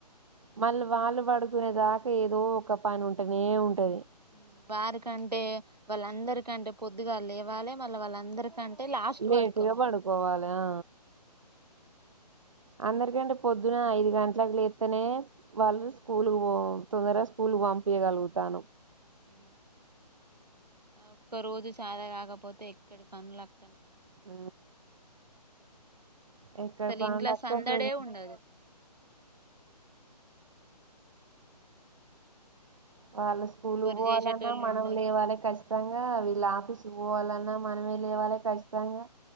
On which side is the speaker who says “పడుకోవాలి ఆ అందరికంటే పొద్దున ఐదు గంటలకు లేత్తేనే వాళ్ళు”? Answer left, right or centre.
Right